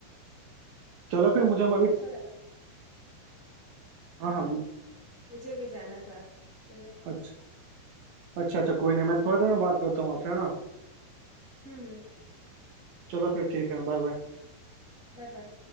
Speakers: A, on the right; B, on the left.
A: चलो फिर
B: खैर
A: मुझे हम अभी
B: अच्छा लगा
A: हाँ
B: हाँ
A: हाँ
B: मुझे भी जाना था तुम्हें
A: अच्छा अच्छा अच्छा कोई नहीं मैं थोड़ी देर में बात करता हूँ आपसे है ना
B: हम्म
A: चलो फिर ठीक है बाय बाय
B: बाय बाय